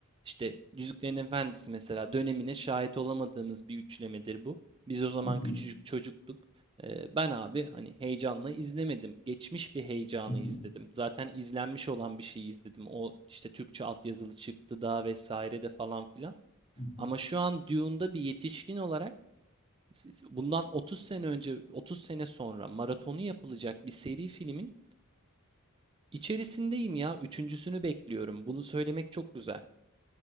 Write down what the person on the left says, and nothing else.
Hı hı,
hı hı,
hı hı.